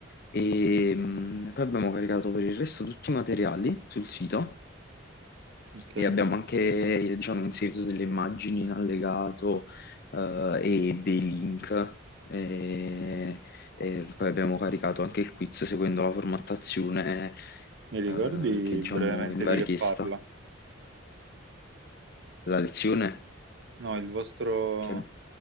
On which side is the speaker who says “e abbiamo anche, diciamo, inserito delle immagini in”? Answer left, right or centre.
Left